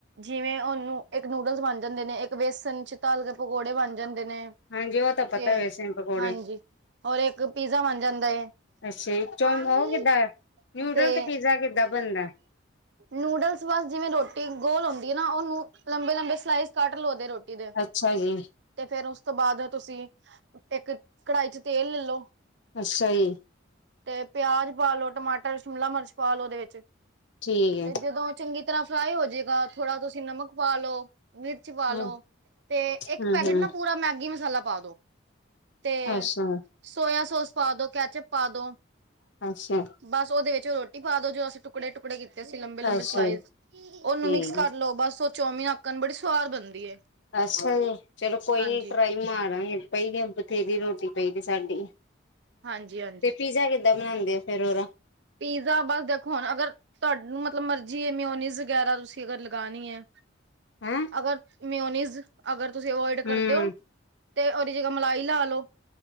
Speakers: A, on the right; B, on the left.
A: ਜਿਵੇਂ ਉਹਨੂੰ ਇੱਕ ਨੂਡਲਸ ਬਣ ਜਾਂਦੇ ਨੇ ਇੱਕ ਬੇਸਨ ਚ ਤਲ ਕੇ ਪਕੌੜੇ ਬਣ ਜਾਂਦੇ ਨੇ।
B: ਹਾਂਜੀ ਉਹ ਤਾਂ
A: ਤੇ
B: ਪਤਾ ਵੇਸਣ ਪਕੌੜੇ
A: ਹਾਂਜੀ ਹੋਰ ਇੱਕ ਪੀਜ਼ਾ ਬਣ ਜਾਂਦਾ ਏ।
B: ਅੱਛਾ ਜੀ ਚੌਮ
A: ਬਾਣੀ
B: ਉਹ ਕਿੱਦਾਂ ਨਿਊਡਲ
A: ਤੇ
B: ਪੀਜ਼ਾ ਕਿੱਦਾਂ ਬਣਦਾ
A: ਨੂਡਲਸ ਬਸ ਜਿਵੇਂ ਰੋਟੀ ਗੋਲ ਹੁੰਦੀ ਹੈ ਨਾ ਉਹਨੂੰ, ਲੰਬੇ- ਲੰਬੇ ਸਲਾਈਸ ਕੱਟ ਲਓ ਦੇ ਰੋਟੀ ਦੇ
B: ਅੱਛਾ ਜੀ
A: ਤੇ ਫੇਰ ਉਸ ਤੋਂ ਬਾਅਦ ਤੁਸੀਂ ਇੱਕ ਕੜਾਈ ਚ ਤੇਲ ਲੈਲੋ।
B: ਅੱਛਾ ਜੀ!
A: ਤੇ ਪਿਆਜ ਪਾਲੋ, ਟਮਾਟਰ, ਸ਼ਿਮਲਾ -ਮਿਰਚ ਪਾ ਲੋ ਉਹਦੇ ਵਿੱਚ
B: ਠੀਕ
A: ਤੇ ਜਦੋਂ ਚੰਗੀ ਤਰ੍ਹਾਂ ਫਰਾਈ ਹੋਜੇਗਾ ਥੋੜਾ ਤੁਸੀਂ ਨਮਕ ਪਾ ਲੋ।
B: ਹੈ
A: ਪਾਲੋ
B: ਹਮ
A: ਤੇ ਇੱਕ
B: ਹਮ
A: ਪੈਕੇਟ
B: ਹਮ
A: ਨਾ ਪੂਰਾ ਮੈਗੀ ਮਸਾਲਾ ਪਾ ਦੋ। ਤੇ
B: ਅੱਛਾ!
A: ਸੋਇਆ- ਸੋਸ ਪਾ ਦੋ ਕੈਚਪ ਪਾ ਦੋ
B: ਅੱਛਾ!
A: ਬਸ ਉਹਦੇ ਵਿੱਚ ਉਹ ਰੋਟੀ ਪਾ ਦੋ ਜੋ ਅਸੀਂ ਟੁ ਟੁਕੜੇ -ਟੁਕੜੇ ਕੀਤੇ ਸੀ ਲੰਬੇ- ਲੰਬੇ
B: ਅੱਛਾ
A: ਸਲਾਈਜ਼
B: ਜੀ
A: ਉਹਨੂੰ
B: ਠੀਕ
A: ਮਿਕਸ ਕਰ
B: ਹੈ
A: ਲਓ ਬਸ ਚੌਮੀਨ ਹਾਕਣ ਬੜੀ ਸਵਾਦ ਬਣਦੀ ਏ।
B: ਅਛਾ ਜੀ ਚਲੋ ਕੋਈ
A: ਹਾਂਜੀ।
B: ਨੀ ਟਰਾਈ ਮਾਰਾਂਗੇ ਪਈ ਨੇ ਬਥੇਰੀ ਰੋਟੀ ਪਈ ਨੇ ਸਾਡੀ
A: ਹਾਂਜੀ-ਹਾਂਜੀ
B: ਤੇ ਪੀਜ਼ਾ ਕਿ ਦਾ ਬਣਾਉਂਦੀ ਫਿਰ ਉਹਦਾ।
A: ਪੀਜ਼ਾ ਬਸ ਦੇਖੋ ਹੁਣ ਅਗਰ ਤੁਹਾਡਾ ਮਤਲਬ ਮਰਜ਼ੀ ਮਿਓਨੀਜ਼ ਵਗੈਰਾ ਤੁਸੀਂ ਅਗਰ ਲਗਾਣੀ ਏ
B: ਹੈਂ
A: ਅਗਰ ਮਿਓਨੀਜ਼ ਅਗਰ ਤੁਸੀਂ ਅਵਇਡ
B: ਹਮ
A: ਕਰਦੇ ੳ ਤੇ ਉਹਦੀ ਜਗ੍ਹਾ ਮਲਾਈ ਲਾ ਲੋ